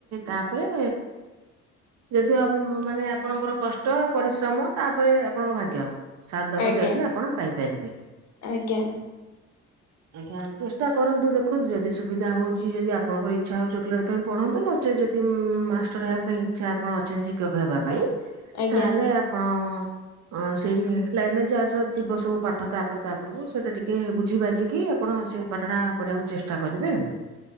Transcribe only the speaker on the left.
ଆଜ୍ଞା
ଆଜ୍ଞା
ଆଜ୍ଞା